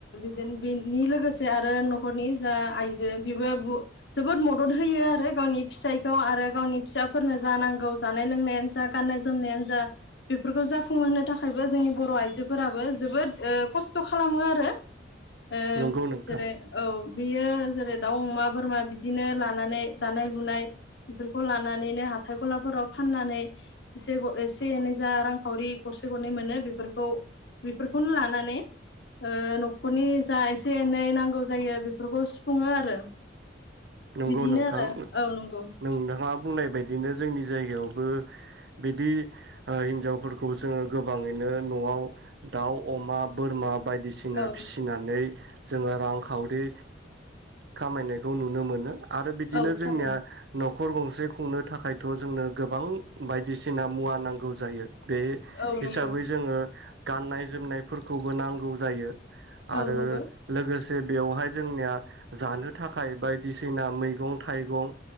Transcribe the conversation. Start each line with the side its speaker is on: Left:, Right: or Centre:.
Left: बिनि लोगोसे आरो न'खरनि जा आइजो बेबो जोबोद मदद होयो आरो गावनि फिसायखौ आरो गावनि फिसा। फोरनो जानांगौ जानाय लोंनायानो गाननाय जोमनाय जा बेफोरखौ जाफुंहोनो थाखायबो जोंनि बर' आइजोफोराबो जोबोद खस्थ' खालामो आरो। ओ
Right: नंगौ नोंथां
Left: जेरै ओ बेयो जेरै दाउ अमा बोरमा बिदिनो लानानै दानाय लुनाय बेफोरखौ लानानैनो हाथाय गलाफोराव फाननानै एसे एसे एनै जा रांखावरि गरसे गरनै मोनो बेफोरखौ बेफोरखौनो लानानै न'खरनि जा एसे एनै नांगौ जायो बेफोरखौ सुफुङो आरो।
Right: नंगौ
Left: बिदिनो
Right: नोंथां
Left: आरो औ नंगौ।
Right: नोंथाङा बुंनाय बायदिनो जोंनि जायगायावबो बिदि हिनजावफोरखौ जोङो गोबाङैनो न'आव दाउ अमा बोरमा बायदिसिना
Left: औ
Right: फिसिनानै जोङो रांखावरि खामायनायखौ नुनो मोनो। नो आरो बिदिनो
Left: औ
Right: जोंनिया
Left: थारैनो
Right: नखर न'खर गंसे खुंनो थाखायथ' जोंनो गोबां बायदिसिना मुवा नांगौ जायो। बे
Left: औ नंगौ
Right: हिसाबै जोङो गाननाय जोमनायफोरखौबो नांगौ जायो।
Left: औ
Right: आरो
Left: नंगौ
Right: लोगोसे। जे बेवहाय जोंनिया जानो थाखाय बाय दिसिना मैगं थाइगं